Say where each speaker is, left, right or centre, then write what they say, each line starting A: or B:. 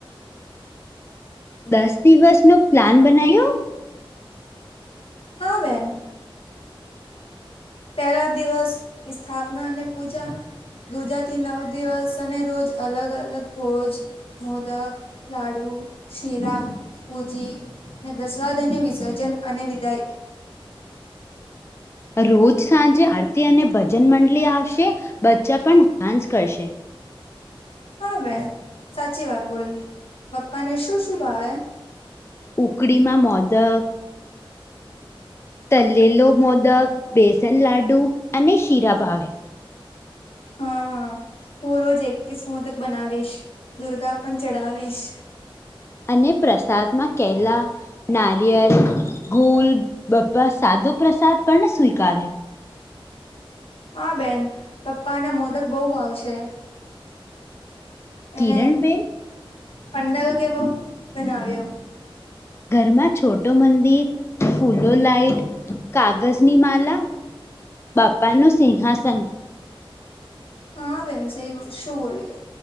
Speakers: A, on the left; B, on the left.
A: દસ દિવસનો પ્લાન બનાયો.
B: હા બેન પેહલા દિવસ સ્થાપના અને પૂજા.. દુજાથી નવ દિવસ અને રોજ અલગ અલગ ભોજ.. મોદક, લાડુ, શીરા, પૂજી, ને દસવાદને વિસર્જન અને વિદાય.
A: રોજ સાંજે આરતી અને ભજન મંડલી આવશે બચ્ચા પણ ડાન્સ કરશે.
B: હા બેન સાચી વાત બોલી પપ્પાને શું શું ભાવે..
A: ઉકડીમાં મોદક.. તલેલો મોદક, બેસન લાડુ, અને શીરા ભાવે.
B: હા હું રોજ એકીસ મોદક બનાવીશ દુર્ગા પણ ચડાવીશ.
A: અને પ્રસાદમાં કેલા, નારિયલ.. ગુલ બપ્પા સાદો પ્રસાદ પણ સ્વીકારે.
B: હા બેન બપ્પાના મોદક બઉ ભાવસે. એને
A: કિરણબેન
B: પંડાલ કેવો બનાવ્યો.
A: ઘરમાં છોટો મંદિર ફૂલો લાઈટ કાગજની માલા. બાપાનું સિહાસન.
B: હાં બેેન સેવ શું બોલ્યો?